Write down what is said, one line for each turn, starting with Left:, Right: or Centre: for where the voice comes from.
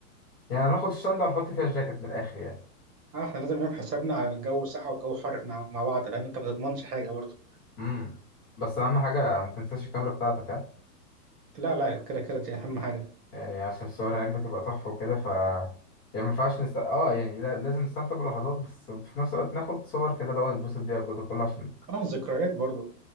Left: يعني هناخد الشنطه ونحط فيها الجاكيت من الاخر يعني
Right: اه احنا لازم نعمل حسابنا على الجو ساقع والجو حر احنا مع بعض لان انت ما تضمنش حاجه برضه
Left: امم بس اهم حاجه ما تنساش الكاميرا بتاعتك ها
Right: لا لا كده كده دي اهم حاجه
Left: يعني عشان الصور هناك بتبقى تحفه وكده ف يعني ما ينفعش نست... اه يعني لا- لازم نستمتع باللحظات بس في نفس الوقت ناخد صور كده اللي هو نتبسط بيها الجو ده كله عشان
Right: اه ذكريات برضه